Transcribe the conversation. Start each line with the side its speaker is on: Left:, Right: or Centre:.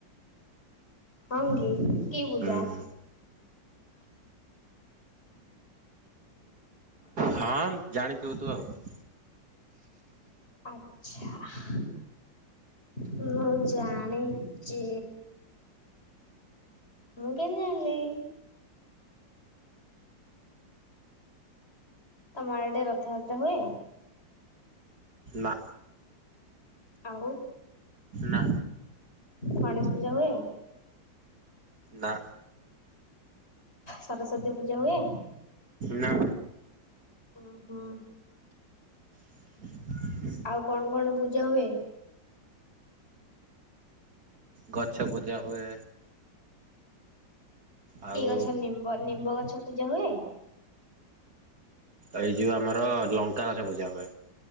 Left: ହ କି କି ପୂଜା।
Right: ହୁଁ। ହଁ ଜାଣିଥିବୁ ତୁ ଆଉ।
Left: ଆଚ୍ଛା। ମୁଁ ଜାଣେ। ଚ ମୁକେମିତିଜନିଲି। ତମର ଏଡେ ରଥଯାତ୍ରା ହୁଏ।
Right: ନା।
Left: ଆଉ।
Right: ନା।
Left: ଗଣେଶ ପୂଜା ହୁଏ।
Right: ନା।
Left: ସରସ୍ଵତୀ ପୂଜା ହୁଏ।
Right: ନା।
Left: ହୁଁ ହୁଁ।
Right: ହ।
Left: ଆଉ କଣ କଣ ପୂଜା ହୁଏ?
Right: ଗଛ ବୁଜା ହୁଏ। ଆଉ
Left: କି ଗଛ ନିମ୍ବ ନିମ୍ବ ଗଛ ପୂଜା ହୁଏ।
Right: ଏଇ ଯୋଉ ଆମର ଲଙ୍କା ଗଛ ପୂଜା ହୁଏ।